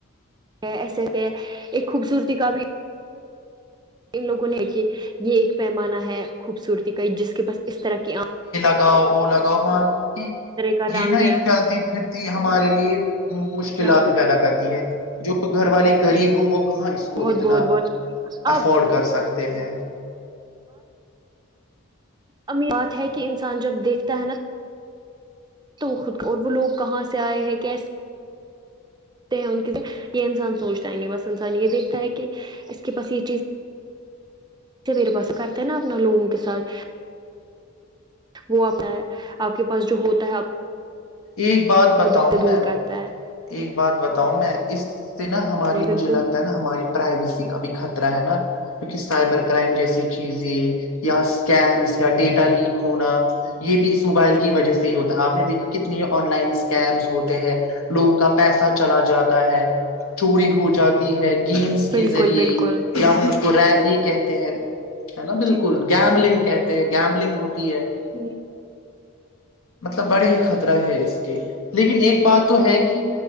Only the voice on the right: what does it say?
ایسے سے ایک خوبصورتی کا بھی ان لوگوں نے کہ یہ ایک پیمانہ ہے خوبصورتی کا جس کے پا اس طرح کی آ
کا رنگ
ہے
مطلب
بہت
بہت بہت اب
ام بات ہے کہ انسان جب دیکھتا ہے نا تو وہ خود کو اور وہ لوگ کہاں سے آئے ہیں کیسےتے ہیں ان کے یہ انسان سوچتا ہی نہیں بس انسان یہ دیکھتا ہے کہ اس کے پاس یہ چیز میرے پاس کرتے ہیں نا اپنا لوگوں کے ساتھ وہ آتا ہے آپ کے پاس جو ہوتا ہے
کو
وہ دکھتے دور
کرتا ہے
بالکل
بالکل
بالکل
جی
ہوں